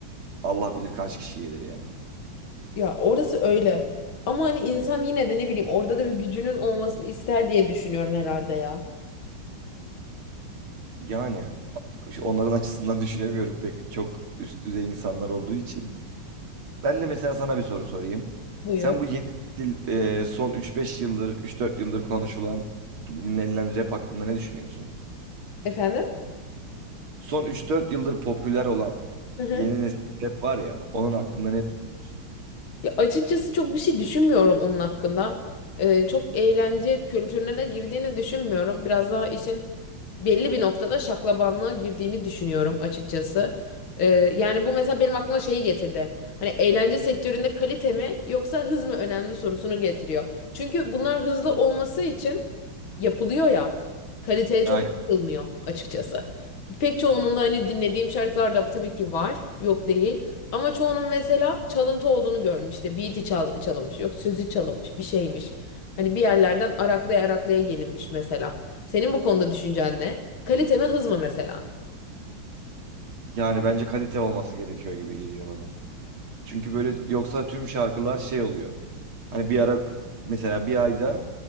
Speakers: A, on the right; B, on the left.
A: Allah bilir kaç kişi gelir yani.
B: Ya orası öyle. Ama hani insan yine de ne bileyim orada da bir gücünün olmasını ister diye düşünüyorum herhalde ya.
A: Yani şu- onların açısından <laughs> düşünemiyorum pek çok üst düzey insanlar olduğu için. Ben de mesela sana bir soru sorayım.
B: Buyur.
A: Sen bu yeni dil e, son üç beş yıldır, üç dört yıldır konuşulan, dinlenilen rap hakkında ne düşünüyorsun?
B: Efendim?
A: Son üç dört yıldır popüler olan
B: Hı hı.
A: yeni nesil rap var ya, onun hakkında ne düşünüyorsun?
B: Ya açıkçası çok bir şey düşünmüyorum onun hakkında. Ee, çok eğlence kültürüne de girdiğini düşünmüyorum. Biraz daha işin belli bir noktada şaklabanlığa girdiğini düşünüyorum açıkçası. Ee, yani bu mesela benim aklıma şeyi getirdi. Hani eğlence sektöründe kalite mi yoksa hız mı önemli sorusunu getiriyor. Çünkü bunlar hızlı olması için yapılıyor ya. Kaliteye
A: Aynen.
B: çok bakılmıyor açıkçası. Pek çoğunun da hani dinlediğim şarkılar da tabii ki var. Yok değil. Ama çoğunun mesela çalıntı olduğunu görmüş. İşte beat'i çal çalınmış. Yok sözü çalınmış. Bir şeymiş. Hani bir yerlerden araklaya araklaya gelinmiş mesela. Senin bu konuda düşüncen ne? Kalite mi hız mı mesela?
A: Yani bence kalite olması gerekiyor gibi geliyor bana. Çünkü böyle yoksa tüm şarkılar şey oluyor. Hani bir ara mesela bir ayda